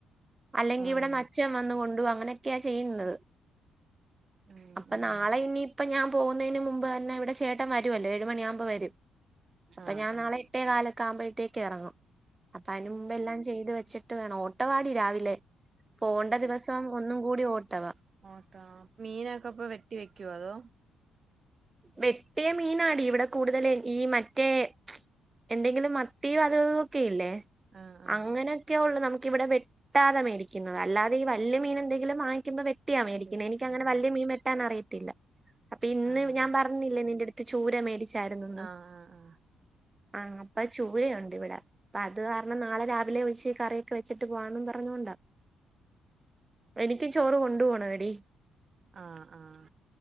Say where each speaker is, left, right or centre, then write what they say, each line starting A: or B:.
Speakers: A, on the right; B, on the right.
A: അല്ലെങ്കിൽ
B: ആഹ് ആഹ്
A: ഇവിടെന്ന് അച്ഛൻ വന്ന് കൊണ്ടുപോവൂ അങ്ങനൊക്കെയാ ചെയ്യുന്നത്.
B: ഉം
A: അപ്പൊ
B: ഉം
A: നാളെ ഇനിയിപ്പോ ഞാൻ പോകുന്നതിന് മുമ്പ്തന്നെ ഇവിടെ ചേട്ടൻ വരും രുവല്ലോ ഏഴുമണിയാവുമ്പോ വരും. എഴു മണി ആകുമ്പോയേക്കുംവരും അപ്പൊ
B: ആഹ്
A: ഞാൻ
B: ആഹ്
A: നാള എട്ടേകാലൊക്കാവുമ്പോഴത്തേക്കെഇറങ്ങും അതിനു മുമ്പേല്ലാം ചെയ്ത് വെച്ചിട്ട് വേണം, ഓട്ടവാടി രാവിലെ. പോവാണ്ട ദിവസം ഒന്നുംകൂടി ഓട്ടം ആണ്
B: അട്ടോ മീനൊക്കെപ്പ വെട്ടി വെക്കുവോ അതോ?
A: വെട്ടിയ മീനാടി ഇവിടെ കൂടുതൽ ഈ മറ്റേ എന്തെങ്കിലും മത്തിയും അതും ഇതും ഒക്കെ ഇല്ലേ
B: ആഹ് ആഹ്
A: അങ്ങന ക്കേള്ളൂ നമുക്ക് ഇവിടെ വെട്ടാതെ മേടിക്കുന്നത അല്ലാതീ വല്യ മീനെന്തെങ്കിലും വാങ്ങിക്കുമ്പോ വെട്ട് ട്ടിയ മേടിക്കുന്നത്
B: വെട്ടി
A: എനിക്കങ്ങന
B: ആഹ്
A: വലിയ മീൻ വെട്ടാനറിയത്തില്ല. അപ്പൊ ഇന്ന്
B: ആഹ്
A: ഞാൻ പറ പറഞ്ഞില്ലേ നിന്റെ അടുത്ത് ചൂര മേടിച്ചാരുന്നന്ന്.
B: ആഹ് ആഹ്
A: ആ അപ്പോ ചൂര ആണ്. ഇവിട. അപ്പോ അത് കാരണം നാളെ രാവിലെ വെച്ച് കറിയൊക്കെ വെച്ചിട്ട് പോകാന്നും പറഞ്ഞൊണ്ട എനിക്ക്‌ ചോറ് കൊണ്ട് പോവണം ഡി
B: ആഹ് ആഹ്. ആഹ്